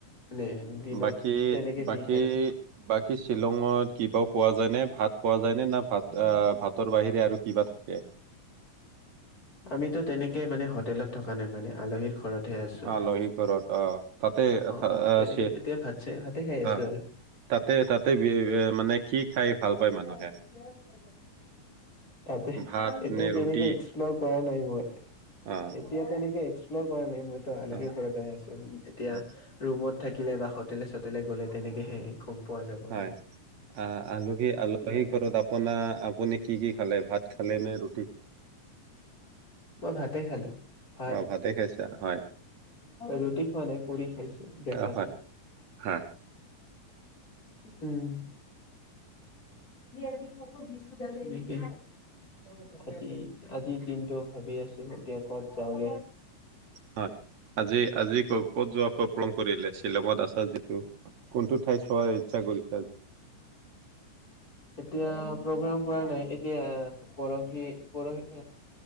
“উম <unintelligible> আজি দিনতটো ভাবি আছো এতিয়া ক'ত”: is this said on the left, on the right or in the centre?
Left